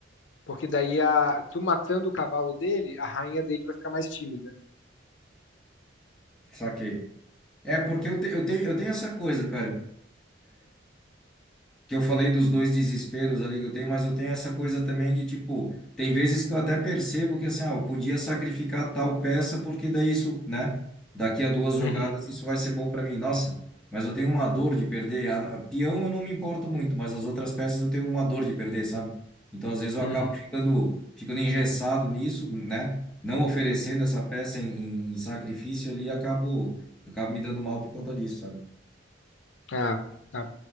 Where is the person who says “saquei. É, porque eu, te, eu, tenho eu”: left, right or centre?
Centre